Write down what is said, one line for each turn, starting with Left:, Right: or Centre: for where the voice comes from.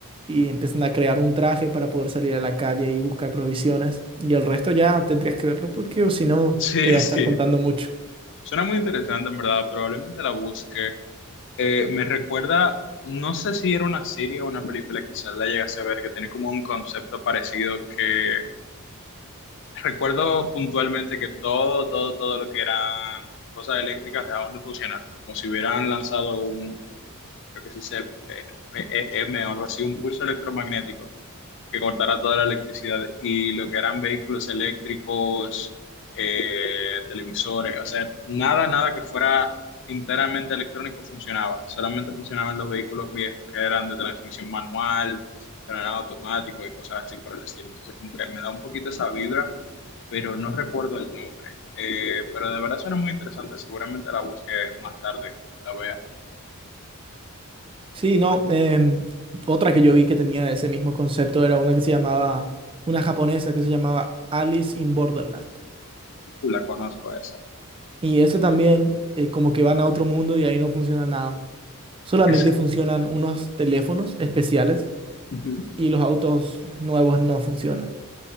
Right: Y empiezan a crear un traje para poder salir a la calle y buscar provisiones. Y el resto ya tendrías que verlo porque o si no,
Left: Sí,
Right: te voy a estar
Left: sí.
Right: contando mucho.
Left: Suena muy interesante, en verdad. Probablemente la busque. Eh, me recuerda, no sé si era una serie o una película, quizás la llegase a ver, que tiene como un concepto parecido que recuerdo puntualmente que todo, todo, todo lo que eran cosas eléctricas dejaban de funcionar, como si hubieran lanzado un, creo que se dice, eh, PEM o algo así, un pulso electromagnético que cortara toda la electricidad y lo que eran vehículos eléctricos, eh, televisores, o sea, nada, nada que fuera enteramente electrónico funcionaba. Solamente funcionaban los vehículos viejos que eran de transmisión manual, que no eran automáticos y cosas así por el estilo. Entonces, como que me da un poquito esa vibra, pero no recuerdo el nombre. Eh, pero de verdad suena muy interesante. Seguramente la busque más tarde, la vea.
Right: Sí, no. em, otra que yo vi que tenía ese mismo concepto era una que se llamaba, una japonesa que se llamaba Alice in Borderland.
Left: Uh, la conozco esa.
Right: Y eso también, eh, como que van a otro mundo y ahí no funciona nada. Solamente
Left: Esa.
Right: funcionan unos teléfonos especiales
Left: <laughs>
Right: y los autos nuevos no funcionan.